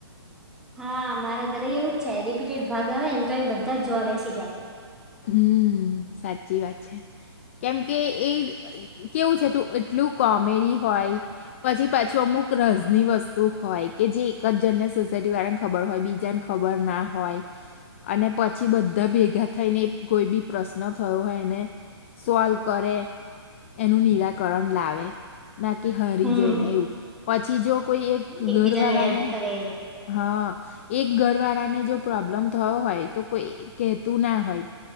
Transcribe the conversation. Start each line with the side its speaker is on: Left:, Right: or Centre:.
Centre: હા મારા ઘરે એવું જ છે રિપિટેડ ભાગ આવે ને તો એ બધા જ જોવા બેસી જાય
Left: હમ સાચી વાત છે કેમ કે એ કેવું છે તું એટલું કોમેડી હોય પછી પાછું અમુક રસની વસ્તુ હોય કે જે એક જ જણને સોસાયટી વાળા બર હોય બીજાને ખબર ના હોય અને પછી બધા ભેગા થઈને કોઈ બી પ્રશ્ન થયો હોય એને સોલ્વ કરે એનું નિરાકરણ લાવે નાકી હારી
Centre: હમ
Left: જાય ને એવું પછી જો કોઈ એક
Centre: એકબીજાની
Left: ઘર વાળાને
Centre: હેલ્પ કરે
Left: હા એક ઘર વાળાને જો પ્રોબ્લેમ થયો હોય તો કોઈ કહેતું ના હોય